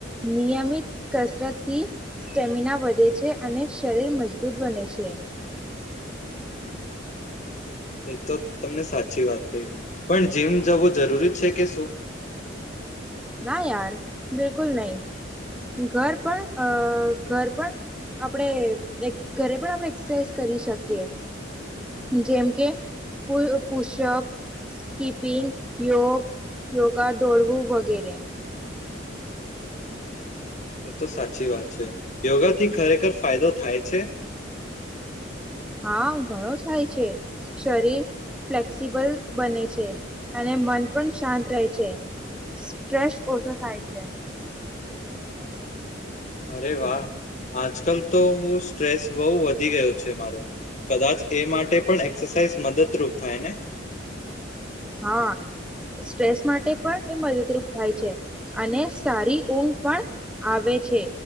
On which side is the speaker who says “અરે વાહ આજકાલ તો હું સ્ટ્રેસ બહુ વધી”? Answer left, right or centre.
Left